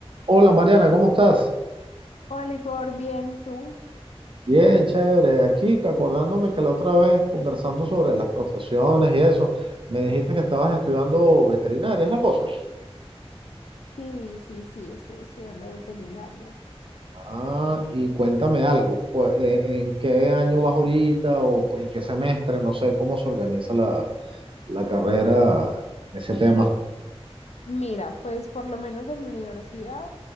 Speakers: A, on the right (about 55°); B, on the left (about 85°).
A: Hola Mariana, ¿cómo estás?
B: Hola Igor, bien, ¿y tú?
A: Bien, chévere. Aquí que acordándome que la otra vez conversando sobre las profesiones y eso, me dijiste que estabas estudiando veterinaria, ¿es la cosa?
B: Sí, sí, sí, estoy estudiando veterinaria.
A: Ah, y cuéntame algo, pues, ¿en, en qué año vas ahorita o pues, en qué semestre? No sé cómo se organiza la, la carrera en ese tema.
B: Mira, pues por lo menos en mi universidad